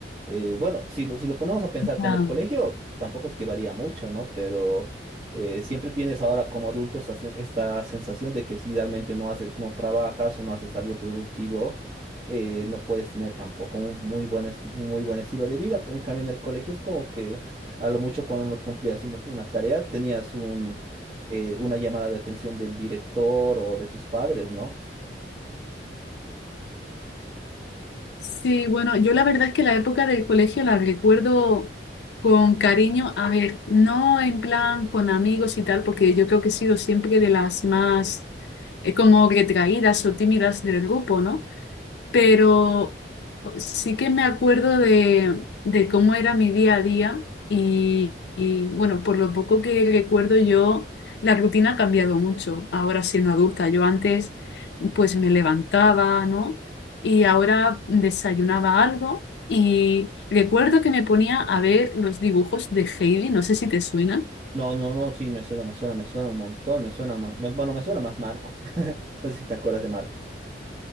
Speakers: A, on the right; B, on the left.
A: Eh, bueno, si lo, si lo ponemos a pensar con
B: Ah,
A: el colegio, tampoco es que varía mucho, ¿no? Pero eh, siempre tienes ahora como adulto esta, sen- esta sensación de que si realmente no haces, no trabajas o no haces algo productivo, eh, no puedes tener tampoco un muy buen, esti- un muy buen estilo de vida. En cambio, en el colegio es como que a lo mucho cuando no cumplías una, una tarea, tenías un, eh, una llamada de atención del director o de tus padres, ¿no?
B: Sí, bueno, yo la verdad es que la época del colegio la recuerdo con cariño, a ver, no en plan con amigos y tal, porque yo creo que he sido siempre de las más eh, como retraídas o tímidas del grupo, ¿no? Pero Sí que me acuerdo de, de cómo era mi día a día y, y, bueno, por lo poco que recuerdo yo, la rutina ha cambiado mucho ahora siendo adulta. Yo antes pues me levantaba, ¿no? Y ahora desayunaba algo y recuerdo que me ponía a ver los dibujos de Heidi, no sé si te suenan.
A: No, no, no, sí, me suena, me suena, me suena un montón, me suena más, bueno, me suena más Marco. <laughs> No sé si te acuerdas de Marco.